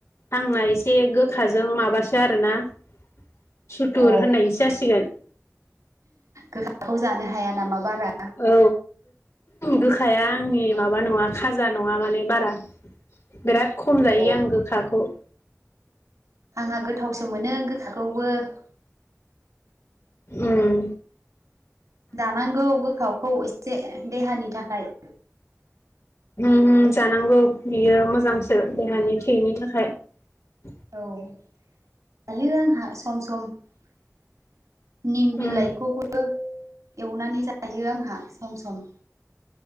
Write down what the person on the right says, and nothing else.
अ
गोखाखौ जानो हाया नामा बारा?
अ
आंहा गोथावसो मोनो गोखाखौबो ।
दानांगौ गोखावखौ एसे देहानि थाखाय ।
औ जायो आंहा सम सम । निम
बिलाइखौबो एवनानै जायो आंहा सम सम ।